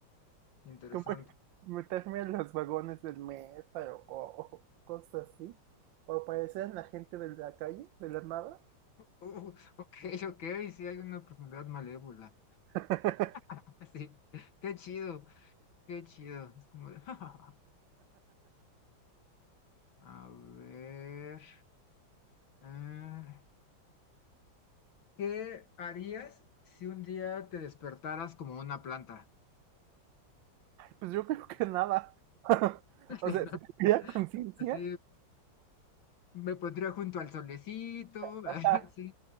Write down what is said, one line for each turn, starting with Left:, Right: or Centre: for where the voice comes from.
Left: Interesante.
Right: como <laughs>
Left: <laughs>
Right: meterme en los vagones del metro o, o cosas así, o aparecer en la gente de la calle, de la nada,
Left: Uh, ok, ok, sí hay una personalidad malévola.
Right: <laughs>
Left: <laughs> Sí, qué chido, qué chido. Es como de... <laughs> A ver, ah, ¿qué harías si un día te despertaras como una planta?
Right: pues yo creo que nada. <laughs>
Left: <laughs> Así,
Right: O sea,
Left: ¿no?
Right: si tuviera conciencia,
Left: Así me pondría junto al solecito,
Right: <laughs>
Left: <laughs>
Right: ah,
Left: así,